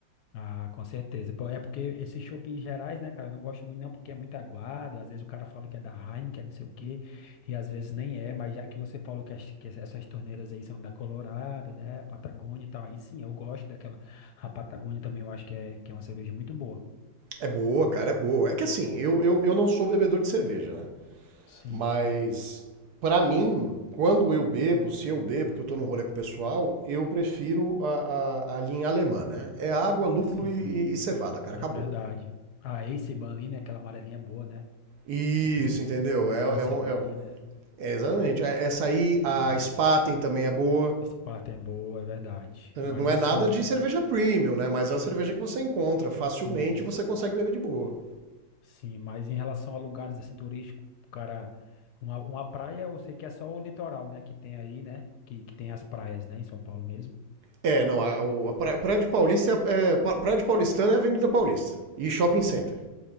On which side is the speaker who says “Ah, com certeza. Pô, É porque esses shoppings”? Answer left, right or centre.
Left